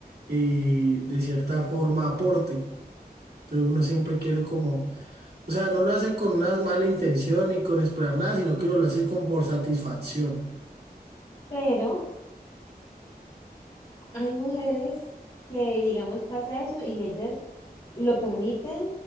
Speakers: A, on the right; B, on the left.
A: eh, de cierta forma aporte. Entonces uno siempre quiere como, o sea, no lo hace con una mala intención ni con esperar nada, sino que uno lo hace como por satisfacción.
B: pero... Hay mujeres que, digamos, pasa eso y ellas lo permiten